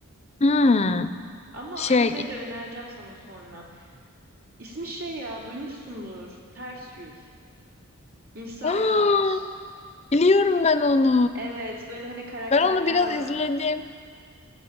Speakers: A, on the left (about 30°); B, on the right (about 80°).
A: Hmm,
B: Ama
A: şey.
B: anime de önereceğim sana sonra. İsmi şey ya duymuşsundur. Ters Yüz. Inside
A: Aa,
B: Out.
A: biliyorum ben onu.
B: Evet böyle hani karakterler
A: Ben onu biraz
B: var.
A: izledim.